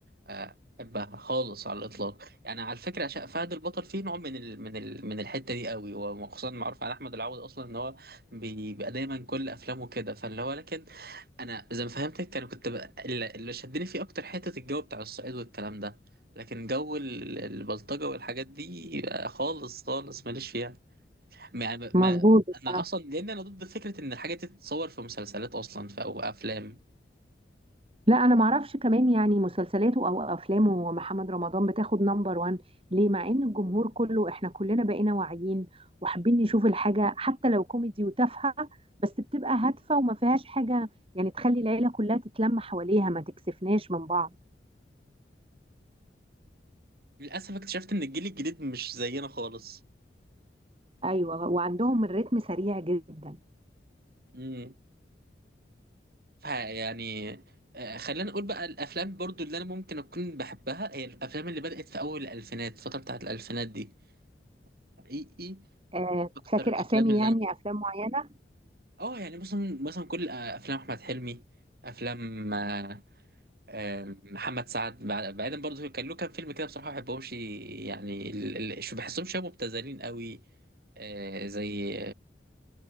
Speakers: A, on the right (about 55°); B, on the right (about 30°).
A: آه، احبها خالص على الاطلاق يعني على فكره عشان فهد البطل فيه نوع من ال من ال من الحته دي قوي وخصوصا معروف على احمد العوضي اصلا ان هو بيبقى دايما كل افلامه كده فاللي هو لكن انا زي ما فهمتك انا كنت بقى اللي اللي شدني فيه اكتر حته الجو بتاع الصعيد والكلام ده لكن جو ال- البلطجه والحاجات دي آه، خالص خالص ماليش فيها يعني ما
B: مظبوط
A: ما-
B: بس
A: انا اصلا لان انا ضد فكره ان الحاجات دي تتصور في مسلسلات اصلا ف- او افلام
B: لا انا معرفش كمان يعني مسلسلاته او افلامه محمد رمضان بتاخد نمبر وان ليه مع ان الجمهور كله احنا كلنا بقينا واعيين وحابين نشوف الحاجة حتى لو كوميدي وتافهة بس بتبقى هادفة وما فيهاش حاجة يعني تخلي العيلة كلها تتلم حواليها ما تكسفناش من بعض
A: للأسف اكتشفت إن الجيل الجديد مش زينا خالص
B: ايوه وعندهم الريتم سريع جدا
A: امم فيعني آه، خلينا نقول بقى الأفلام برضو اللي أنا ممكن أكون بحبها هي الأفلام اللي بدأت في أول الألفينات الفترة بتاعت الألفينات دي حقيقي
B: آه،
A: أكتر
B: فاكر
A: الأفلام
B: اسامي
A: اللي
B: يعني
A: أنا
B: افلام معينة
A: أه يعني مثلا مثلا كل آه، أفلام أحمد حلمي أفلام آه، آه، محمد سعد بعد- بعيدا برضو كان له كام فيلم كده بصراحة ما بحبهمش يعني ال- ال- شو بحسهم شبه مبتذلين قوي آه، زي